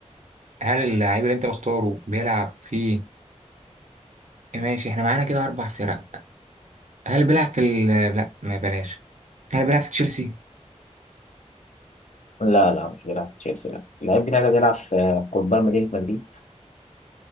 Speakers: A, on the right; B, on the left.
A: هل اللعيب اللي أنت مختاره بيلعب في ماشي إحنا معانا كده أربع فرق هل بيلعب في ال... لا ما بلاش هل بيلعب في تشيلسي؟
B: لا لا مش بيلعب في تشيلسي لا اللعيب بتاعي ده بيلعب في قضبان مدينة مدريد